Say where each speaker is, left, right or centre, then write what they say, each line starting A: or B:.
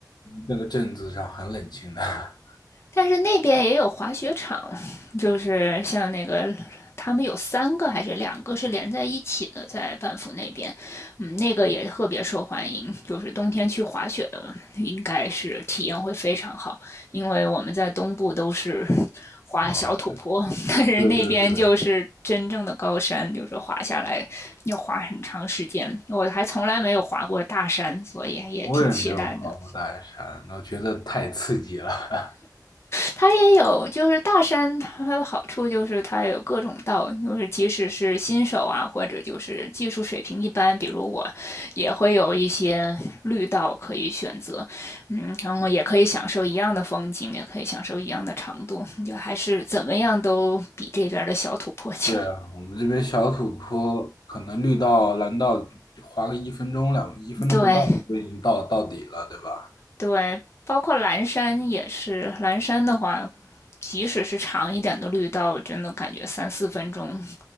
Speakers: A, on the left; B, on the left.
A: 那个镇子上很冷清的。<laughs>
B: 但是那边也有滑雪场，就是像那个他们有三个还是两个是连在一起的，在班夫那边，嗯，那个也特别受欢迎，就是冬天去滑雪的应该是体验会非常好，因为我们在东部都是 <laughs> 滑小土坡，
A: 哦，对
B: 但是那边就是真正的高山，
A: 对对对，
B: 就是滑下来要滑很长时间，我还从来没有滑过大山，所以也挺期待的。
A: 我也没有爬过大山，我觉得太刺激了。
B: 它也有，就是大山它的好处就是它有各种道，就是即使是新手啊，或者就是技术水平一般，比如我，也会有一些绿道可以选择，嗯，然后也可以享受一样的风景，也可以享受一样的长度，就还是怎么样都比这边的小土坡强。
A: 对啊，我们这边小土坡可能绿道、蓝道滑个一分钟两一分钟不到就已经到到底了，
B: <laughs> 对
A: 对吧？
B: 对，包括蓝山也是，蓝山的话，即使是长一点的绿道，真的感觉三四分钟